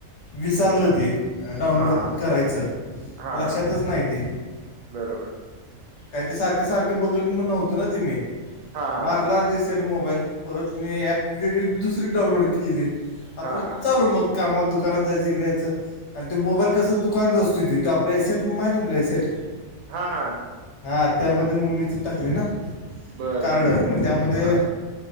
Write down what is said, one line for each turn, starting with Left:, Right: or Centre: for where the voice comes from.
Left: विसारलं ती डाउनलोड
Right: हा हा
Left: करायचं
Right: हा
Left: लक्षातच नाही ते
Right: बरोबर आहे.
Left: काही ते सारखं सारखं बघत नव्हतं ना ते मी
Right: हा हा
Left: मारला दिस. सेट मोबाईल परत मी ॲप वेगळी दुसरी डाउनलोड केली आपलं
Right: हा हा
Left: चालू मग कामला दुकानात जायचं इकडे याच आणि मोबाईल
Right: बर
Left: कसं. दुकान असत तो आपल्यासेट मारुन घ्या सेट.
Right: हा हा.
Left: हा त्यामध्ये मग मम्मीच टाकले ना
Right: बर
Left: कार्ड
Right: बर
Left: मग त्यामध्ये
Right: हा हा